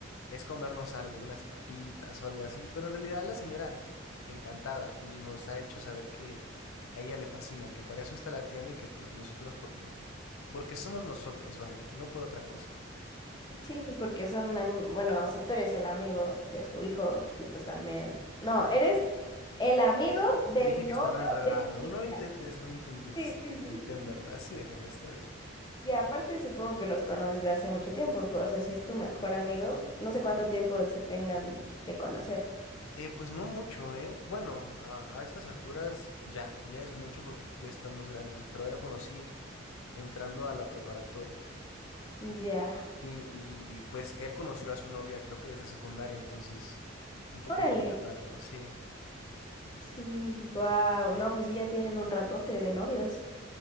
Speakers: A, on the left (about 80°); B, on the left (about 20°).
A: es comernos algo, unas papitas o algo así. Pero en realidad la señora encantada y nos ha hecho saber que a ella le fascina, que para eso está la tienda y que pues nosotros porque, porque somos nosotros, vaya, no por otra cosa.
B: Sí, pues porque son, am- bueno, o sea, tú eres el amigo de su hijo y pues también, no, eres el amigo del
A: Te dije que
B: novio
A: estaba enredado.
B: de su
A: No
B: hija.
A: intentes, no intentes
B: Sí, sí,
A: eh,
B: sí,
A: entenderla.
B: sí, sí.
A: Así déjalo, está bien.
B: Y aparte supongo que los conoces de hace mucho tiempo, pues, o sea, si es tu mejor amigo, no sé cuánto tiempo se tengan de conocer.
A: Eh, pues no mucho, ¿eh? Bueno, a, a estas alturas ya, ya es mucho porque ya estamos grandes, pero él lo conocí entrando a la preparatoria.
B: Ya,
A: Sí, y pues él conoció a su novia creo que desde secundaria, entonces un poco
B: órale.
A: más de rato, sí.
B: Sí, wow. No, pues sí, ya tienen un ratote de novios.